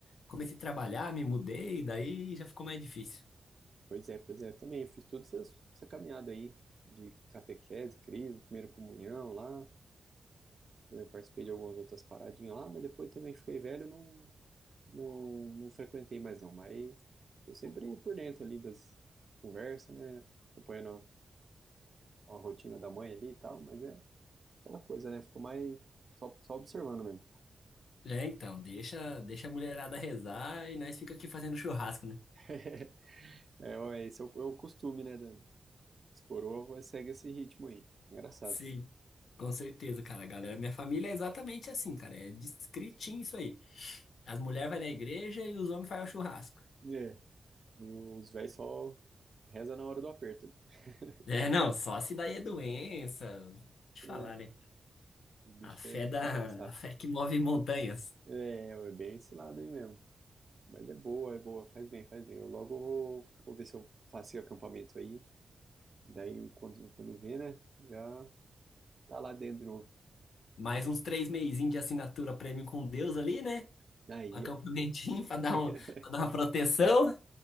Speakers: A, on the left; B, on the right.
A: comecei a trabalhar, me mudei, daí já ficou mais difícil.
B: Pois é, pois é. Também eu fiz toda essa, essa caminhada aí de catequese, crisma, primeira comunhão lá. Eu participei de algumas outras paradinhas lá, mas depois também fiquei velho, não, não, não frequentei mais não. Mas tô sempre por dentro ali das conversas, né? Acompanhando a, a rotina da mãe ali e tal, mas é. aquela coisa, né? Ficou mais só, só observando mesmo.
A: É, então, deixa, deixa a mulherada rezar e nós fica aqui fazendo churrasco, né?
B: <laughs> É, ó, esse é o, é o costume, né? Da os coroa segue esse ritmo aí. Engraçado.
A: Sim, com certeza, cara. Galera, minha família é exatamente assim, cara. É discritinho isso aí. As mulheres vão na igreja e os homens fazem o churrasco.
B: É, e os velhos só reza na hora do aperto ali. <laughs>
A: É, não, só se daí é doença. Vou Te
B: É,
A: falar, né?
B: os bichos
A: A
B: é
A: fé
B: engraçado.
A: da, a fé que move montanhas.
B: É, é bem esse lado aí mesmo. Mas é boa, é boa, faz bem, faz bem. Eu logo vou, vou ver se eu faço o acampamento aí. Daí eu- quando, quando vê, né? Já tá lá dentro de novo.
A: Mais uns três meizinhos de assinatura premium com Deus ali, né?
B: Aí,
A: Um Acampamentinho
B: ó.
A: <laughs> para dar,
B: <laughs>
A: um, pra dar
B: Isso
A: uma proteção.